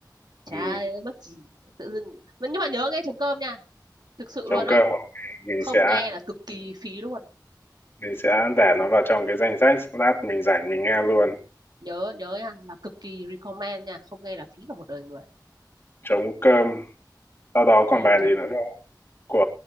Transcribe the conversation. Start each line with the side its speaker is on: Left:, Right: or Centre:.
Right: chả
Left: ừ.
Right: mất gì tự dưng Vẫn- nhưng mà nhớ nghe trống cơm nha thực sự
Left: trống
Right: luôn á
Left: cơm ok. mình
Right: không
Left: sẽ
Right: nghe là cực kỳ phí luôn
Left: mình sẽ để nó vào trong cái danh sách lát mình rảnh mình nghe luôn
Right: nhớ nhớ nha là cực kỳ recommend nha không nghe là phí cả một đời người
Left: trống cơm sau đó còn
Right: ừ
Left: bài
Right: trống
Left: gì nữa không của